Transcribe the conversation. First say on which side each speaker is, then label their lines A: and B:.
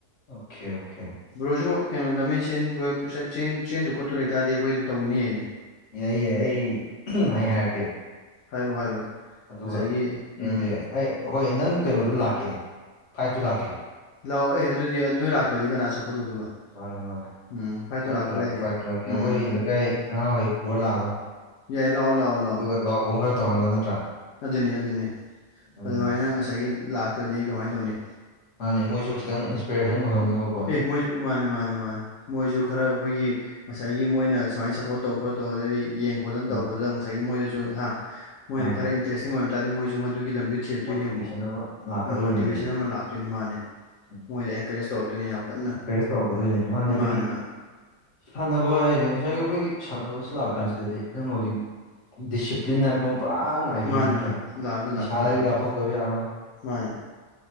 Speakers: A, on the left; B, on the left.
A: ꯑꯣꯀꯦ ꯑꯣꯀꯦ
B: ꯕ꯭ꯔꯣꯁꯨ ꯀꯩꯅꯣ ꯂꯝꯃꯦꯟ ꯆꯦꯟ ꯆꯦꯟꯗꯨ ꯈꯣꯠꯇꯨ ꯂꯩꯇꯥꯗꯦꯕ ꯑꯩꯈꯣꯏ ꯑꯗꯨꯝ ꯇꯧꯃꯤꯟꯅ ꯌꯥꯏꯅꯦ
A: ꯌꯥꯏ ꯌꯥꯏ ꯑꯩ ꯑꯩ ꯍꯥꯏꯔꯛꯀꯦ
B: ꯍꯥꯏꯔꯣ ꯍꯥꯏꯔꯣ
A: ꯑꯗꯨꯒ
B: ꯉꯁꯥꯏꯒꯤ
A: ꯆꯦꯟꯕ
B: ꯎꯝ
A: ꯌꯥꯏ ꯑꯩ ꯍꯣꯏ ꯅꯪ ꯀꯩꯅꯣꯗꯨ ꯂꯥꯛꯀꯦꯅꯦ ꯐꯥꯏꯠꯇꯨ ꯂꯥꯛꯀꯦ
B: ꯂꯥꯛꯑꯣ ꯑꯦ ꯑꯗꯨꯗꯤ ꯑꯗꯨꯗ ꯂꯥꯛꯇ꯭ꯔꯗꯤ ꯀꯅꯥ ꯁꯞꯄꯣꯔꯠ ꯇꯧꯗꯣꯏꯕ
A: ꯃꯥꯅꯦ ꯃꯥꯅꯦ
B: ꯎꯝ ꯐꯥꯏꯠꯇꯣ
A: ꯐꯥꯏꯠꯇꯨ
B: ꯂꯥꯛꯇꯕ
A: ꯂꯛꯀꯦ
B: ꯌꯥꯗꯦ
A: ꯐꯥꯏꯠꯇꯨ ꯂꯛꯀꯦ
B: ꯎꯝ
A: ꯑꯈꯣꯏ ꯂꯩꯀꯥꯏ ꯑꯉꯥꯡꯃꯈꯩ ꯄꯨꯔ ꯂꯥꯛꯑꯗꯧꯅꯤ
B: ꯌꯥꯏ ꯂꯥꯑꯣ ꯂꯥꯑꯣ
A: ꯑꯗꯨꯒ ꯂꯥꯛ ꯑꯍ ꯈꯔ ꯇꯧꯍꯜꯂꯣ ꯅꯠꯇ꯭ꯔꯥ
B: ꯑꯗꯨꯅꯤ ꯑꯗꯨꯅꯤ
A: ꯎꯝ
B: ꯑꯗꯨꯃꯥꯏꯅ ꯉꯁꯥꯏꯒꯤ ꯂꯥꯛꯇ꯭ꯔꯗꯤ ꯀꯃꯥꯏꯅ ꯇꯧꯅꯤ
A: ꯃꯥꯥꯟꯅꯦ ꯃꯣꯏꯁꯨ ꯈꯤꯇꯪ ꯏꯟꯁꯄꯤꯔꯦꯁꯟ ꯑꯣꯏꯍꯧꯅꯕ
B: ꯑꯦ ꯃꯣꯏ ꯃꯥꯅꯦ ꯃꯥꯅꯦ ꯃꯥꯅꯦ ꯃꯣꯏꯁꯨ ꯈꯔ ꯑꯩꯈꯣꯏꯒꯤ ꯉꯁꯥꯏꯒꯤ ꯃꯣꯏꯅ ꯁꯨꯃꯥꯏꯅ ꯁꯞꯄꯣꯔꯠ ꯇꯧ ꯈꯣ ꯇꯧ ꯑꯗꯩꯗꯤ ꯌꯦꯡ ꯈꯣꯠꯇꯅ
A: ꯎꯝ
B: ꯇꯧꯕꯗꯨꯗ ꯉꯁꯥꯏꯒꯤ ꯃꯣꯏꯗꯁꯨ ꯍꯥ ꯃꯣꯏꯅ
A: ꯃꯥꯅꯦ
B: ꯈꯔ ꯏꯟꯇꯦꯁꯇꯤꯡ ꯑꯣꯏꯝ ꯇꯥꯔꯗꯤ ꯃꯣꯏꯁꯨ ꯃꯗꯨꯒꯤꯕꯤ ꯊꯦꯛꯇꯣꯏꯅꯦꯕ
A: ꯃꯣꯇꯤꯚꯦꯁꯟ
B: ꯑꯃꯨꯛ
A: ꯑꯃ ꯂꯥꯛꯀꯗꯧꯔꯤꯕꯅꯦꯕ
B: ꯃꯣꯇꯤꯚꯦꯁꯟ ꯑꯃ ꯂꯥꯛꯇꯣꯏꯅꯤ ꯃꯥꯅꯦ
A: ꯎꯝ
B: ꯃꯣꯏꯗ ꯑꯦꯟꯀꯔꯦꯖ ꯇꯧꯔꯛꯇꯣꯏꯅꯤ ꯌꯥꯝ ꯀꯟꯅ
A: ꯏꯟꯀꯔꯦꯖ ꯇꯧꯒꯗꯣꯏꯅꯦ ꯏꯃꯥꯅꯦꯗꯒꯤ
B: ꯃꯥꯅꯦ ꯃꯥꯅꯦ
A: ꯁꯥꯟꯅꯕ ꯍꯥꯏꯁꯦ ꯉꯁꯥꯏꯒꯤ ꯑꯩꯈꯣꯏꯒꯤ ꯁꯥꯟꯅꯕꯁꯤ ꯂꯥꯛ ꯀꯥꯟꯁꯤꯗꯗꯤ ꯅꯪ ꯍꯧꯖꯤꯛ ꯗꯤꯁꯤꯄ꯭ꯂꯤꯟ ꯍꯥꯏꯕ ꯑꯃ ꯄꯨꯔꯥ ꯗꯣꯏꯅꯤ
B: ꯃꯥꯅꯦ
A: ꯅꯠꯇ꯭ꯔꯥ
B: ꯃꯥꯅꯦ ꯂꯥꯛꯇꯣꯏꯅꯤ ꯂꯥꯛꯇꯣꯏꯅꯤ
A: ꯅꯤꯁꯥꯗꯒꯤ
B: ꯂꯥꯛꯇꯣꯏꯅꯤ
A: ꯂꯥꯞꯊꯣꯛꯇꯕ ꯌꯥꯔꯣꯏ
B: ꯃꯥꯅꯦ